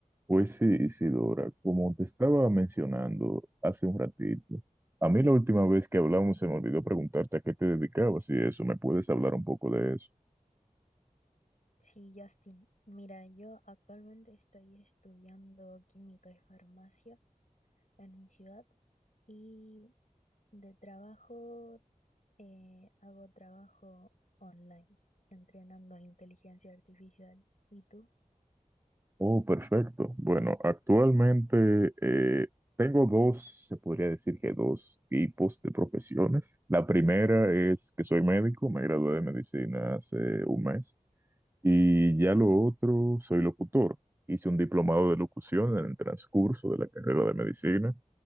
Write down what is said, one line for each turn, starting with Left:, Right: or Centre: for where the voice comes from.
Right: Pues sí, Isidora, como te estaba mencionando hace un ratito, a mí la última vez que hablamos se me olvidó preguntarte a qué te dedicabas y eso, ¿me puedes hablar un poco de eso?
Left: Sí, Justin, mira, yo actualmente estoy estudiando química y farmacia en mi ciudad y de trabajo eh, hago trabajo online, entrenando inteligencia artificial. ¿Y tú?
Right: Oh, perfecto. Bueno, actualmente eh, tengo dos, se podría decir que dos tipos de profesiones. La primera es que soy médico, me gradué de medicina hace un mes, y ya lo otro, soy locutor. Hice un diplomado de locución en el transcurso de la carrera de medicina.